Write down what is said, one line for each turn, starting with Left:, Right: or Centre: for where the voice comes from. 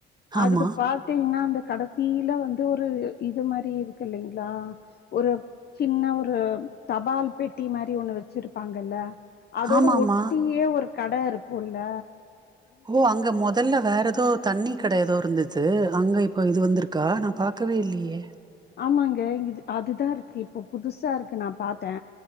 Right: ஆமா
Left: அதுக்கு பாத் தீங்கன்னா அந்த கடைசியில வந்து ஒரு இது மாரி இருக்கு இல்லீங்களா ஒரு சின்ன ஒரு தபால் பெட்டி மாரி ஒண்ணு வச்சிருப்பாங்கல்ல அதோட
Right: ஆமாமா
Left: ஒட்டியே ஒரு கடை இருக்குல்ல
Right: ஓ அங்க மொ தல்ல வேறு ஏதோ தண்ணி கடை எதோ இருந்தது அங்கே இப்போ இது வந்திருக்கா நா பாக்கவே இல்லையே
Left: ஆமாங்க இது அதுதா இருக்கு இப்ப புதுசா இருக்கு நா பாத்தே